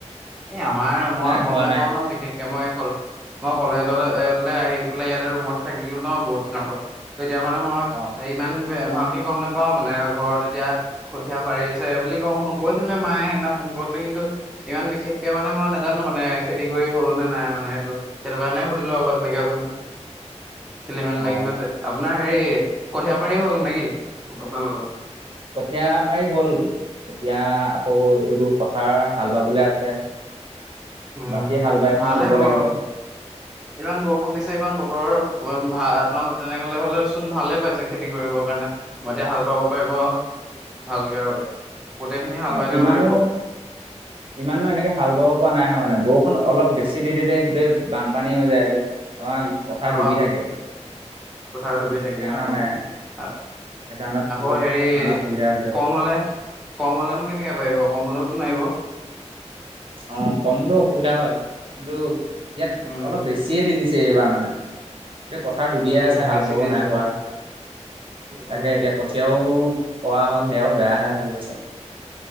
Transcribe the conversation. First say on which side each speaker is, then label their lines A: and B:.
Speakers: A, in the centre; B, on the right.
A: এ, আমাৰ মই
B: নাই
A: গম
B: হোৱা
A: নেপাওঁ
B: নাই
A: ন বিশেষক। মই কল, মই কলেজত এলে আহি পেলাই ইয়াতে ৰুমত থাকিলো ন, বহুত দিনৰ পৰা। তেতিয়া মানে মই,
B: অ'
A: ইমান বে ভাল। ভালকে গম নেপাওঁ মানে, ঘৰত এতিয়া কঠীয়া পাৰিছে বুলি কওঁ কইছিলে মায়ে সেইদিনা ফোন কৰিতে কিন্তু। ন্ত ইমান বিশেষকে মানে মই নাজানো মানে খেতি কৰি হ'ল নে নাই মানে সেইটো, সেইটো কাৰণে সুধিলো আক। তেনেকে আপোনাৰ। খেলি মেলি
B: অ'
A: লাগি গৈছে। আপোনাৰ হেৰি কঠীয়া পাৰি হ'ল নিকি, আপোনালোকৰ।
B: কঠীয়া পাৰি হ'ল। এতিয়া, আকৌ এইবোৰ পথাৰ। হাল বাবলে আছে
A: উম
B: বাকী হাল বাই
A: ভালহে
B: পিনি ৰুব লাগিব
A: ইমান বৰষুণ দিছে ইমান বতৰৰ ভা আপোনাল তেনেকলে হলেচোন ভালে পাইছে খেতি কৰিব কাৰণে হেকাণে মই এতিয়া হাল বাব পাৰিব ভালকে আৰু গোটেইখিনি হাল
B: এ
A: বাই দিব
B: ইমানো
A: পাৰিব।
B: ইমানো এনেকে হাল বাব পৰা নাই হোৱা মানে বৰষ খুন অলপ বেছি দি দিলে গোটেই বানপানী হৈ যায় যে আমাৰ পথাৰ
A: অ
B: ডুবি থাকে
A: পথাৰ ডুবি থাকে
B: সেইকাৰণে
A: অ অ
B: সেইকাৰণে
A: আকৌ
B: বহুত
A: হেৰি
B: মানে অসুবিধা হৈ যায়
A: কম হলে কম হলেনো কেনেকে পাৰিব কম হলেতো নোৱাৰিব
B: অ কম হলেও অসুবিধা হয় কিন্তু ইয়াত
A: উম
B: অলপ বেছিয়ে দি দিছে এইবাৰ মানে এই পথাৰ ডুবিয়ে
A: উম
B: আছে হাল
A: বেছি
B: বাবও
A: দিছে।
B: নাই পৰা
A: উম
B: তাকে এতিয়া কঠীয়াও পৱা হ'ল সেয়াও বেয়াহে হ'বগৈ চাগে